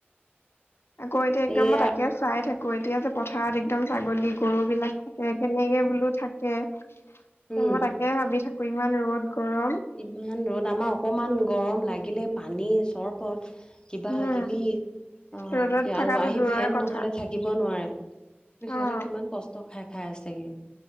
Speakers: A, on the left; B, on the left.
A: আকৌ এতিয়া একদম
B: এয়া
A: মই তাকে চাই থাকো ক এতিয়া যে পথাৰত একদম ছাগলী গৰু বিলাক থাকে কেনেকে বোলো থাকে। ত
B: উম
A: মই তাকে ভাবি থাকো ইমান ৰ'দ। গৰম
B: ইমান ৰ'দ আমাৰ অকমান গৰম লাগিলে পানী চৰবত কিবা
A: উম
B: কিবি অ
A: ৰ'দত থকাটো
B: আৰু আহি
A: দূৰৰে
B: ফেন
A: কথা
B: নহলে থাকিব নোৱাৰে। সিহঁতে
A: অ
B: কিমান কষ্ট খাই খাই আছেগে।